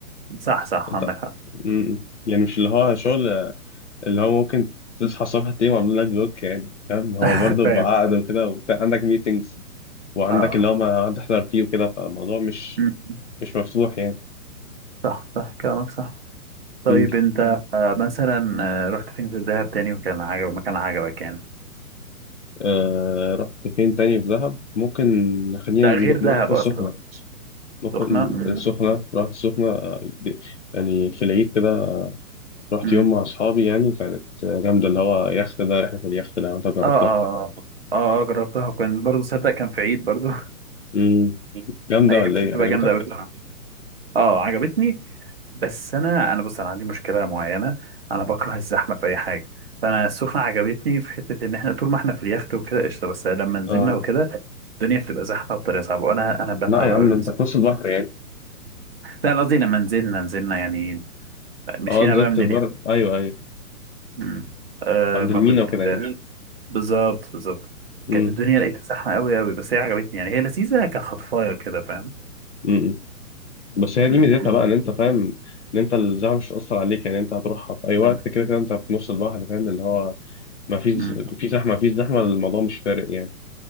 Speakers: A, on the right; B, on the left.
A: صح صح
B: انت
A: عندك حق
B: مم. يعني مش اللي هو شغل اللي هو ممكن تصحى الصبح تلاقيهم عاملين لك بلوك يعني فاهم هو
A: <laughs>
B: برضه
A: فاهم
B: بعقد وكده وبتاع عندك ميتنجز وعندك
A: اه
B: اللي هو ما هتحضر فيه وكده فالموضوع مش
A: م- م.
B: مش مفتوح يعني
A: صح صح كلامك صح طيب
B: مم.
A: انت آه، مثلا آه، رحت فين غير دهب تاني وكان عجبك مكان عجبك يعني
B: آه رحت فين تاني في دهب ممكن خلينا
A: لا غير
B: نروح
A: دهب
B: رحت السخنة
A: اصلا
B: ممكن
A: سخنة م-
B: السخنة رحت السخنة آه، د- يعني في العيد كده رحت
A: م.
B: يوم مع أصحابي يعني كانت آه، جامدة اللي هو يخت ده رحلة اليخت لو أنت جربتها
A: اه اه اه اه آه، جربتها وكان برضه صدق كان في عيد برضه
B: مم.
A: <laughs>
B: جامدة
A: هي
B: ولا
A: بتبقى
B: إيه عجبتك؟
A: جامدة قوي بصراحة اه عجبتني بس انا انا بص انا عندي مشكله معينه انا بكره الزحمه في اي حاجه فانا السخنه عجبتني في حته ان احنا طول ما احنا في اليخت وكده قشطه بس لما نزلنا
B: اه
A: وكده الدنيا بتبقى زحمه بطريقه صعبه وانا انا بتعب
B: لا يا
A: قوي
B: عم
A: من
B: أنت
A: الزحمه
B: في نص البحر يعني
A: لا أنا قصدي لما نزلنا نزلنا يعني مشينا
B: اه نزلت
A: بقى من
B: بر
A: اليخت
B: ايوه ايوه
A: أمم. آه
B: عند
A: ما
B: المينا
A: كنت
B: وكده
A: آه
B: يعني
A: بالظبط بالظبط
B: امم
A: كانت الدنيا لقيتها زحمه قوي قوي بس هي عجبتني يعني هي لذيذه كخطفايه كده فاهم
B: امم امم. بس هي
A: أمم.
B: دي ميزتها بقى ان انت فاهم ان انت الزحمه مش هتأثر عليك يعني انت هتروحها في اي وقت
A: أمم.
B: كده كده انت في نص البحر فاهم اللي هو ما فيش
A: أمم.
B: في زحمه ما فيش زحمه الموضوع مش فارق يعني